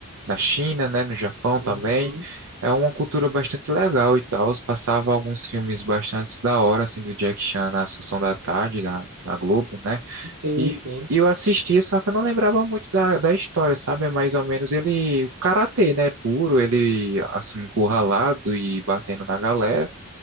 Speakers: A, on the right (about 65°); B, on the right (about 80°).
A: na China, né? No Japão
B: Uhum.
A: também. É uma cultura bastante legal e tal. Passava alguns filmes bastante da hora, assim, do Jack Chan na sessão da tarde, na, na Globo, né?
B: Sim,
A: E
B: sim.
A: e eu assistia, só que eu não lembrava muito da, da história, sabe? É Mais ou menos ele, karatê, né? Puro, ele assim, encurralado e batendo na galera.